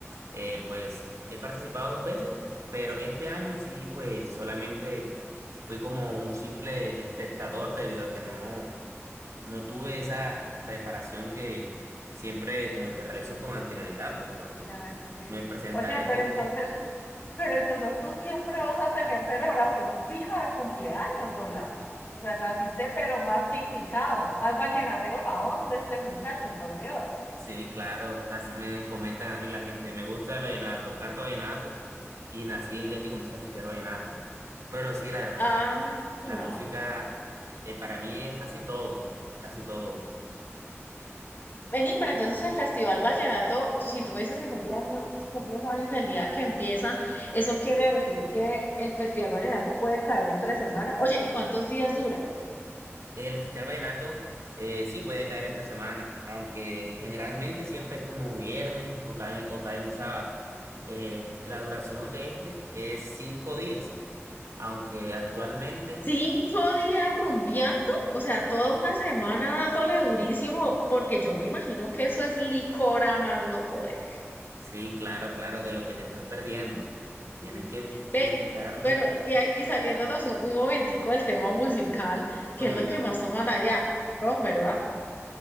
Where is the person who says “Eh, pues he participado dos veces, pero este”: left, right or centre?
Right